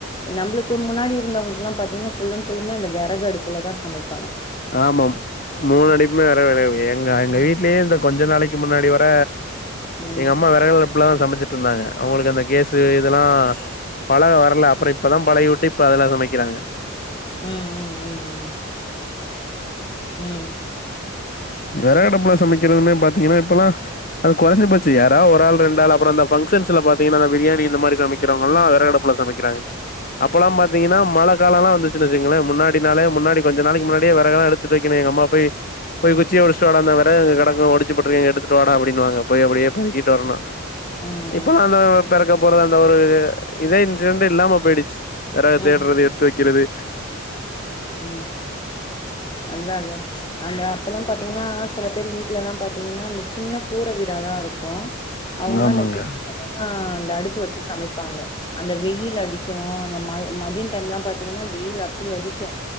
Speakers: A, on the left (about 20°); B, on the left (about 40°).
A: நம்புளுக்கு முன்னாடி இருந்தவங்களுக்லா பாத்திங்னா ஃபுல் அண்ட் ஃபுல்லுமே அந்த வெறகடுப்புல தா சமைப்
B: ஆமாம் மூணு அடிக்குமே வெற வே எங்க எங்க
A: ம்
B: வீட்லயே இந்த கொஞ்ச நாளைக் கு முன்னாடி வர
A: ம்
B: எங்கம்மா வெறகடுப்புலதா சமைச்சிட்ருந்தாங்க அவுங்ளுக்கு அந்த கேசு இதெலா பழக வரல அப்புற இப்பதா பழகி விட்டு இப்ப அதுல சமைக்கிறாங்க
A: ம் ம் ம் ம் ம்
B: வெறகடுப்புல சமைக்கிறதுமே பாத்திங்கனா இப்பெலா அது கொறஞ்சி போச்சு யாரா ஒரு ஆள் ரெண்டாள் அப்புற அந்த ஃபங் ஷன்ஸ்ல பாத்திங்கனா இந்த பிரியாணி இந்த மாரி சமைக்கிறவுங்கல்லா
A: ம்
B: வெறகடுப்புல சமைக்கிறாங் அப்பெலா பாத்திங்கனா மழ காலலா வந்துச்சுன் வெச்சுக்குங்ளே முன்னாடி நாளே முன்னாடி கொஞ்ச நாளைக்கு முன்னாடியே வெறகெல்லா எடுத்து வெக்கணு எங்க அம்மா போயி போய் குச்சிய ஒடிச்ட்டு வாடா அந்த வெறகு அங்க கெடக்கு ஒடிச்சி போட்ருக்கே எடுத்துட்டு வாடா அப்பிடின்னுவாங்க போய் அப்பிடியே பெரக்கிட்டு வரணு
A: ம்
B: இப்பலா அத பெரக்க போறது அந்த ஒரு இதே இன்சிடென்டே இல்லாம போயிடுச்சு வெறகு
A: ம்
B: தேடறது
A: ம்
B: எடுத்து வெக்கறது
A: ம் அதா அதா அந்த அப்பலா பாத்திங்னா சில பேர் வீட்லலா பாத்திங்னா அந்த சின்ன கூர வீடாதா இருக்கு அவுங்கலா
B: ஆமாங்க
A: அந்த வீட்லதா அந்த அடுப்பு வச்சு சமைப்பாங்க அந்த வெயில் அடிக்கு அந்த ம மதிய டைம்லா பாத்திங்னா வெயில் அப்டி அடி க்கு